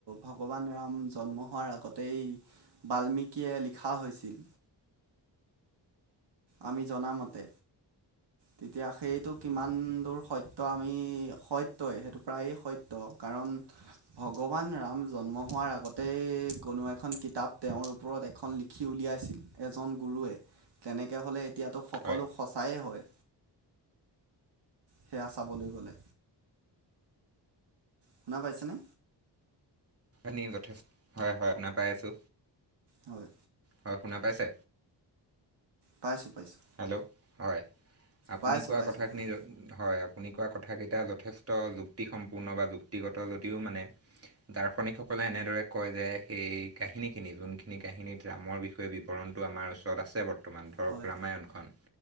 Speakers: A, on the right; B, on the right.
A: ভগৱান ৰাম জন্ম হোৱাৰ আগতেই বাল্মিকীয়ে লিখা হৈছিল আমি জনামতে তেতিয়া সেইটো কিমান দূৰ সত্য আমি সত্যই সেইটো প্ৰায়ে সত্য কাৰণ ভগৱান ৰাম জন্ম হোৱাৰ আগতে কোনো এখন কিতাপ তেওঁৰ ওপৰত এখন লিখা লিখি উলিয়াইছিল এজন গুৰুৱে তেতিয়া হ'লে এতিয়াতো সকলো
B: হয়
A: সঁচায়ে হয় সেয়া চাবলৈ গ'লে শুনা পাইছেনে
B: <unintelligible> হয় হয় শুনা পায় আছো
A: হয়
B: হয় শুনা পাইছে
A: পাইছোঁ পাইছোঁ
B: হেল্ল' হয় আপুনি
A: পাইছোঁ
B: কোৱা
A: পাইছোঁ
B: কথাখিনি
A: হয়
B: হয় আপুনি কোৱা কথা কেইটা যথেষ্ট যুক্তি সম্পূৰ্ণ বা যুক্তিগত যদিও মানে দাৰ্শনিক সকলে এনেদৰে কয় যে সেই কাহিনীখিনি যোনখিনি কাহিনীত ৰামৰ বিষয়ে ৰামায়ণটো আমাৰ ওচৰত আছে বৰ্তমান ধৰক
A: হয়
B: ৰামায়ণখন